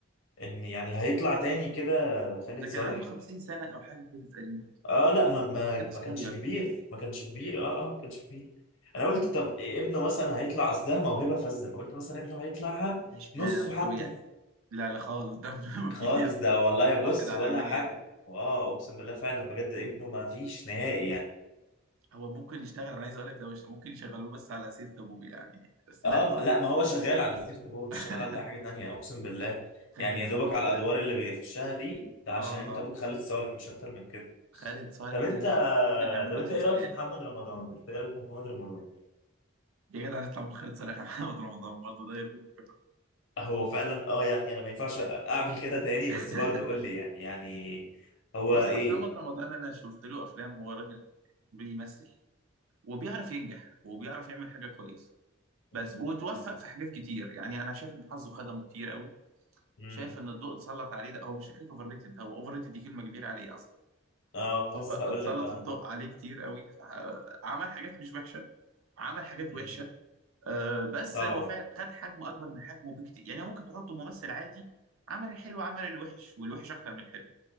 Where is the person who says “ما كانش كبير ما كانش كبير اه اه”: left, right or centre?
Left